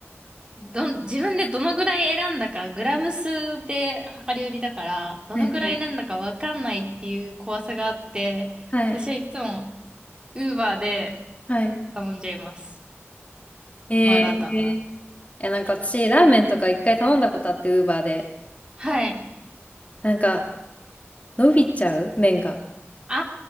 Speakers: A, on the right (about 20°); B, on the left (about 30°).
A: どん、自分でどのぐらい選んだか、グラム数で量り売りだから、どのぐらい選んだかわかんないっていう怖さがあって、
B: はいはい。
A: 私はいつも、ウーバーで
B: はい。はい
A: 頼んじゃいます。
B: えー
A: マーラータは。
B: え、なんか私、ラーメンとか一回頼んだことあって、ウーバーで。
A: はい。
B: なんか、伸びちゃう麺が。
A: あ